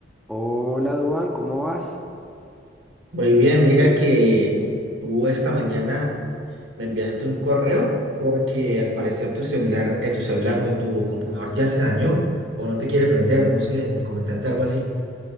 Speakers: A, in the centre; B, on the right.
A: Hola, Duan, ¿cómo vas?
B: Muy bien, mira que tú esta mañana me enviaste un correo porque al parecer tu celular, eh, tu celular, no, tu computador ya se dañó o no te quiere prender, no sé, me comentaste algo así.